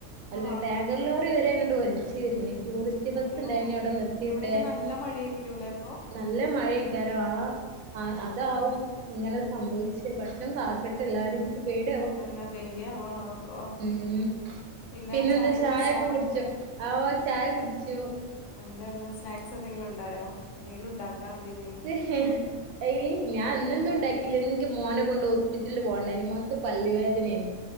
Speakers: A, on the right; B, on the left.
A: അല്ല
B: ആ
A: ടാങ്കർ ലോറി വരെ ഇങ്ങട്ട് ഒൽച്ച് വെര്നെ ടൂറിസ്റ്റ് ബസ്സ്ണ്ടായിനി
B: അയ്യോ
A: ഔടെ നിർത്തിട്ടെ
B: അവിടെയൊക്കെ നല്ല മഴയായിരിക്കും ലേ അപ്പം?
A: നല്ല മഴ ആരിക്കും ആഹ്
B: ആ
A: അതാവും അങ്ങനെ സംഭവിച്ചെ പടച്ചോൻ കാക്ക ട്ട് എല്ലാരേം നിക്ക് പേടിയാവാ
B: അതന്നെ പേടിയാവണ് അള്ളോ
A: ഉം
B: പിന്നെ
A: പിന്നെന്ത്‌
B: ചായ
A: ചായൊക്കെ
B: കുടിച്ചാ
A: കുടിച്ചോ? ഓഹ് ചായ കുടിച്ചു.
B: എന്തായിരുന്നു സ്നാക്സ് എന്തെങ്കിലും ഉണ്ടായോ എന്തെങ്കിലും ഉണ്ടാക്കാറുണ്ടോ ഈവനിംഗ്?
A: ഹ ഏയ്‌ ഞാൻ ഇന്നൊന്നും ഉണ്ടാക്കീലാ ഇന്ന് എനിക്ക് മോനെ കൊണ്ട് ഹോസ്പിറ്റലില് പോകാനിണ്ടായിനി മോനിക്ക് പല്ല് വേദനയേനും.